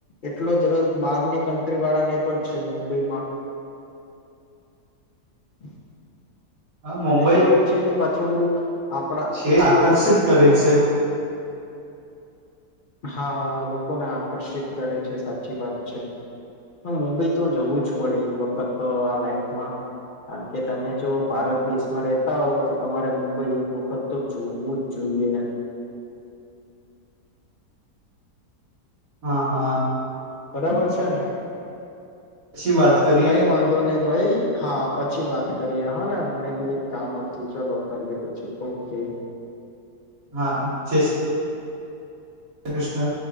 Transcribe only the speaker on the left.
એટલો જ રસ બારની કન્ટ્રી વાળા ને પણ છે મુંબઈમાં <unintelligible>
અને કેવું છે કે પાછું આપણા
હા લોકોને આકર્ષિત કરે છે સાચી વાત છે મોબી તો જવું જ પડે એક વખત તો આ લાઈફમાં કારણ કે તમે જો ભારત દેશમાં રતા હોવ તો તમારે મુંબઈ એક વખત તો જોવું જ જોઈએ <unintelligible>
બરાબર છે ને
કઈ વાંધો નહી ભાઈ હા પછી વાત કરીએ હા ને મને બી એક કામ હતું ચલો કરીએ પછી ઓકે